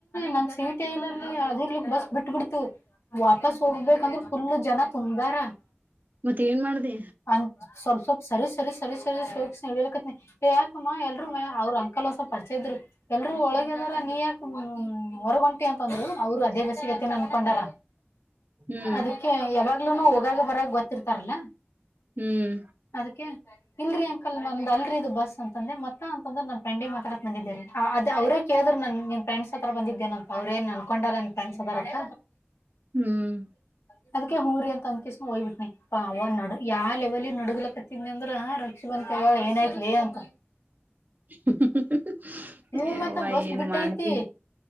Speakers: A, on the left (about 80°); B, on the right (about 45°).
A: ನನ್ ಸೀಟಿಲ್ಲಿ ಅದ ಇಲೀ ಬಸ್ ಬಿಟ್ಟ ಬಿಟ್ ಬಿಡ್ತು. ವಾಪಸ್ ಹೋಗ್ಬೇಕಂದ್ರೆ ಫುಲ್ ಜನ ತುಂಬಾರ. <inaudible>
B: ಮತ್ತೆ ಏನ್ ಮಾಡ್ದ
A: ಅಂದ್ ಸ್ವಲ್ಪ ಸ್ವಲ್ಪ ಸರಿ ಸರಿ ಸರಿ ಸರಿ ಸೋಗ ಇಡಿಯಲಕತ್ ಯಾಕಮ್ಮ ಎಲ್ರುೂ ಮ ಅವ್ರ ಕಲಂದ್ವಲ್ ಪರಿಚ ಇದ್ರು ಎಲ್ರುೂ ಒಳಗಿದಾರ ನೀ ಯಾಕ ಹೊರಗುಂಟಿ ಅಂತಂದ್ರು ಅವರು ಅದೇ ಬಸ್ಸಿಗೆತ್ತ ಅನ್ಕೊಂಡಾರ.
B: ಹ್ಮ್
A: ಅದಕ್ಕೆ ಯಾವಾಗ್ ಲೂ ಹೋಗಾಗ ಬರಾಗ ಗೊತ್ತಿರ್ತಾರಲ್ಲ.
B: ಹ್ಮ್
A: ಅದಕ್ಕೆ. ಇಲ್ರರಿ ಅಂಕಲ್ ನಂದ ಅಲ್ರಿ ಇದು ಬಸ್ ಅಂತಂದೆ ಮತ್ತ ಅಂತಂದ್ರೆ ನನ್ ಫ್ರಂಡಿಗೆ ಮಾತಾಡಕ ಬಂದಿದ್ದೇರಿ. ಹ ಅದ ಅವ್ರೇ ಕೇಳಿದ್ರು ನನ್ ನಿನ್ ಫ್ರಂಡ್ ಹತ್ರ ಬಂದಿದ್ದೇನಂತ ಅವ್ರೇನ್ ಅನ್ಕೊಂಡಲ್ಲ ನಿನ್ ್ರಂಡ್ಸ್ ಅದರ ಅಂತ.
B: ಹ್ಮ್
A: <unintelligible> ಅದಕಕ್ಕೆ ಹಊರಿ ಅಂತ ಅನ್ಕಿಸಸ ಹಯ್ಬಿಟ್ಟನಿ ಅವ್ ನೋಡು ಯಾವ ಲೆವೆಲ್ ನಡ್ಗ್ಲಕತ್ತಿನಿ ಅಂದ್ರ ರಕ್ಷಿ ಬನ್ ಕೇಳೋಳೆ ಏನಾಯತ್ಲಿ ಅಂತ.
B: <unintelligible>
A: ಹ್ಮ್
B: ಯವ್ವ
A: ಮತ್ತ ಬಸ್
B: ಏನ್
A: ಬಿಟ್ಟೈತಿ
B: ಮಾಡ್ತಿ